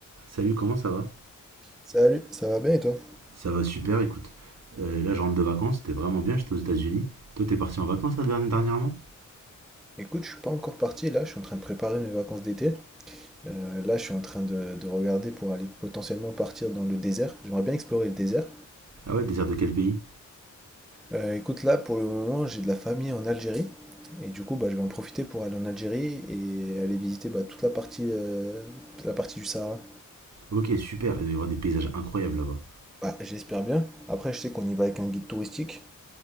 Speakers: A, on the right; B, in the centre.
A: Salut, comment ça va?
B: Salut, ça va bien et toi?
A: Ça va super, écoute. Euh, là, je rentre de vacances, c'était vraiment bien, j'étais aux États-Unis. Toi, t'es parti en vacances là, derni- dernièrement?
B: Écoute, je suis pas encore parti là, je suis en train de préparer mes vacances d'été. Euh, là, je suis en train de, de regarder pour aller potentiellement partir dans le désert. J'aimerais bien explorer le désert.
A: Ah ouais, désert de quel pays?
B: Euh, écoute, là, pour le moment, j'ai de la famille en Algérie. Et du coup, bah, je vais en profiter pour aller en Algérie et aller visiter bah, toute la partie, euh, toute la partie du Sahara.
A: Ok, super, il doit y avoir des paysages incroyables là-bas.
B: Bah, j'espère bien. Après, je sais qu'on y va avec un guide touristique.